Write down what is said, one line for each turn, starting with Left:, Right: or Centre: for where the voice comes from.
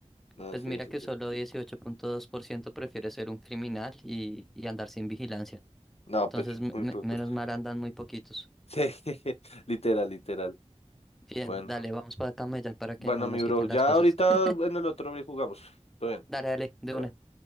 Left: No,
Centre: Pues
Left: sí,
Centre: mira
Left: eso.
Centre: que solo 18.2% prefiere ser un criminal y, y andar sin vigilancia.
Left: No,
Centre: Entonces,
Left: pues
Centre: me-
Left: muy
Centre: me-
Left: poco.
Centre: menos
Left: <laughs>
Centre: mal andan muy poquitos.
Left: Sí, literal, literal.
Centre: Bien,
Left: Bueno,
Centre: dale, vamos para camellar para
Left: bueno,
Centre: que no nos
Left: mi bro.
Centre: quiten
Left: Ya
Centre: las cosas.
Left: ahorita
Centre: <laughs>
Left: en el otro bri jugamos. Todo bien.
Centre: Dale, dale, de
Left: Bye,
Centre: una.
Left: bye.